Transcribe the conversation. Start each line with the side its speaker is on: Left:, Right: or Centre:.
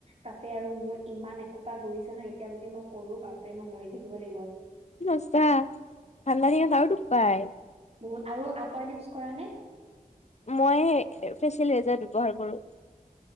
Right: তাতে আৰু মোৰ ইমান এসোপা গজিছে ন এতিয়া যদি মই কৰো বাপৰে মই মৰি থাকিব লাগিব।
Left: নচা ভাল <unintelligible> ডুপ পায়।
Right: বহুত আৰু আপাৰ লিপছ কৰা নে?
Left: মই ফেচিলেইজাৰ ব্যৱহাৰ কৰো।